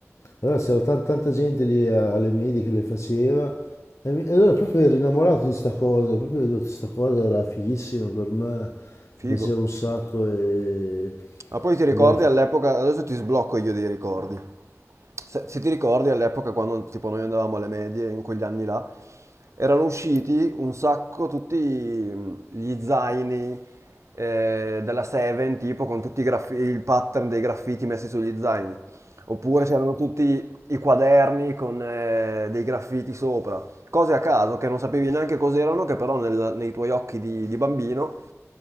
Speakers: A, on the left; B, on the right.
A: allora c'era tan- tanta gente lì a- alle medie che le faceva e, mi- e allora proprio ero innamorato di sta cosa, proprio vedevo che sta cosa era fighissima per me,
B: Figo.
A: mi piaceva un sacco e...
B: Ma poi ti ricordi
A: e alla
B: all'epoca, adesso ti sblocco io dei ricordi. Se, se ti ricordi all'epoca quando tipo noi andavamo alle medie, in quegli anni là, erano usciti un sacco tutti mh, gli zaini eh, della Seven, tipo con tutti i graffi- il pattern dei graffiti messi sugli zaini. Oppure c'erano tutti i quaderni con eh, dei graffiti sopra. Cose a caso che non sapevi neanche cos'erano, che però nel- nei tuoi occhi di, di bambino